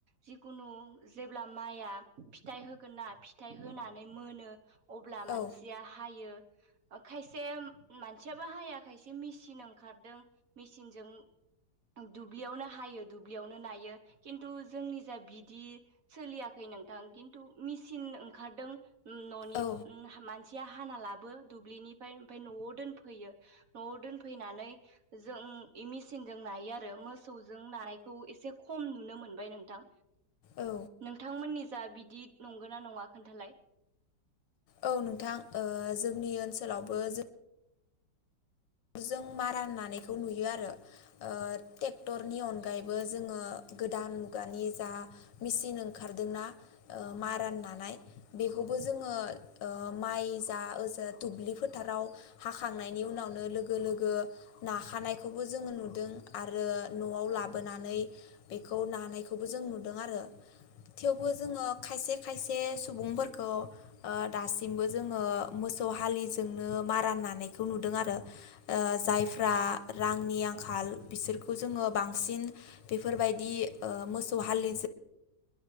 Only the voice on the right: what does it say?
जिखुनु जेब्ला माइआ फिथाइ होगोन ना फिथाइ होनानै मोनो अब्ला मानसिया
हायो! खायसे मानसियाबो हाया खायसे मेसिन ओंखारदों मेसिनजों दुब्लियावनो हायो दुब्लियावनो नायो खिन्थु जोंनि जा बिदि सोलियाखै नोंथां किन्टु मेसिन ओंखारदों ननि
ओम मान- सिया हाना लाबो दुब्लिनिफ्राय ओमफ्राय नआव दोनफैयो नआव दोनफैनानै जों मेसिनजों नायो आरो मोसौजों नानायखौ एसे खम नुनो मोनबाय नोंथां!
नोंथांमोननि जा बिदि नंगौ ना नङा खोन्थालाय!
औ नोंथां